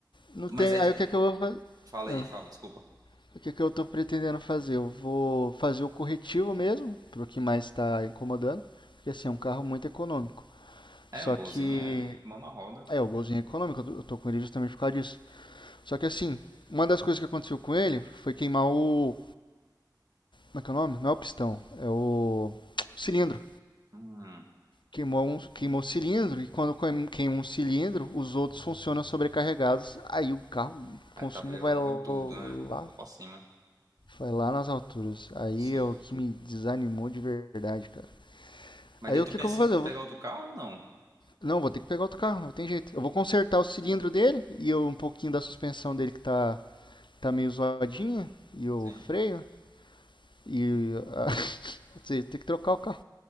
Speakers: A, on the left (about 80°); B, on the right (about 50°).
A: não tem.
B: Mas aí
A: Aí
B: tu.
A: o que é que eu vou fazer?
B: Fala
A: Ah,
B: aí, fala, desculpa.
A: o que é que eu tô pretendendo fazer? Eu vou fazer o corretivo mesmo, pro que mais está incomodando. Porque assim, é um carro muito econômico.
B: É,
A: Só
B: um golzinho
A: que.
B: é mão na roda.
A: É, o golzinho é econômico, eu tô- eu tô com ele justamente por causa disso. Só que assim, uma das coisas que aconteceu com ele foi queimar o, Como é que é o nome? Não é o pistão, é o cilindro.
B: Hum,
A: Queimou, um, queimou o cilindro e quando queima um cilindro, os outros funcionam sobrecarregados. Aí o carro, o
B: é
A: consumo
B: WO
A: vai
B: em tudo, né?
A: lá,
B: Lá pra cima.
A: vai lá nas alturas. Aí
B: Sim.
A: é o que me desanimou de verdade, cara.
B: Mas
A: Aí
B: daí
A: o
B: tu
A: que,
B: pensa
A: que eu vou fazer?
B: em
A: Eu
B: pegar
A: vou-
B: outro carro ou não?
A: não, vou ter que pegar outro carro, não tem jeito. Eu vou consertar o cilindro dele e eu- um pouquinho da suspensão dele que tá, tá meio zoadinha e o
B: Sim.
A: freio. E a- <laughs> ou tem que trocar o carro.